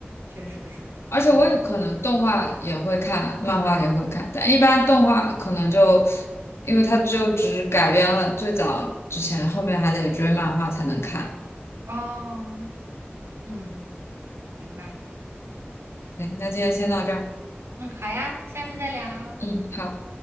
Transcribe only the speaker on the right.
确实是，
嗯，
哦，嗯，明白，
嗯，好呀，下次再聊。